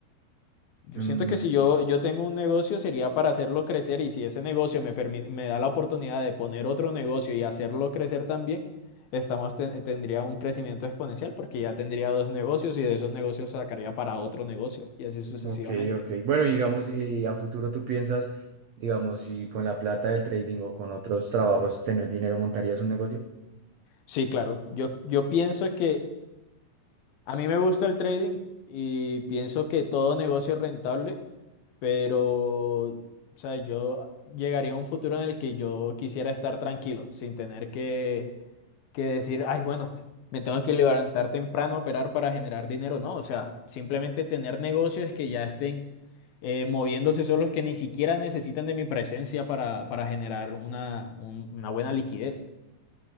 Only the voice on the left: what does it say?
Yo
siento que si yo, yo tengo un negocio sería para hacerlo crecer y si ese negocio me, permi- me da la oportunidad de poner otro negocio y hacerlo crecer también, estamos te- tendría un crecimiento exponencial porque ya tendría dos negocios y de esos negocios sacaría para otro negocio y así sucesivamente.
Sí, claro, yo, yo pienso que a mí me gusta el trading y pienso que todo negocio es rentable, pero o sea, yo llegaría a un futuro en el que yo quisiera estar tranquilo, sin tener que que decir, ay, bueno, me tengo que levantar temprano a operar para generar dinero. No, o sea, simplemente tener negocios que ya estén eh, moviéndose solos, que ni siquiera necesitan de mi presencia para, para generar una, un- una buena liquidez.